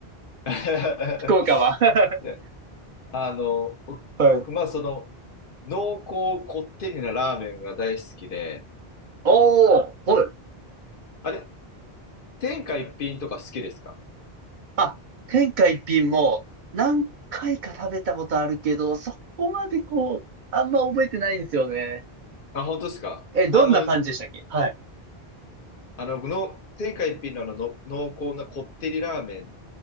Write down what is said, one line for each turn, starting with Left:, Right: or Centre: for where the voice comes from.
Left: <laughs>
Right: 福岡は。<laughs>
Left: いや、あの、僕、
Right: はい。
Left: 僕まあその、濃厚こってりなラーメンが大好きで、
Right: おー、はい。
Left: あれ、天下一品とか好きですか
Right: あ、天下一品も何回か食べたことあるけど、そこまでこう、あんま覚えてないんですよね。
Left: あ、本当ですかあの、
Right: え、どんな感じでしたっけはい。
Left: あの、の天下一品のあの、の濃厚なこってりラーメン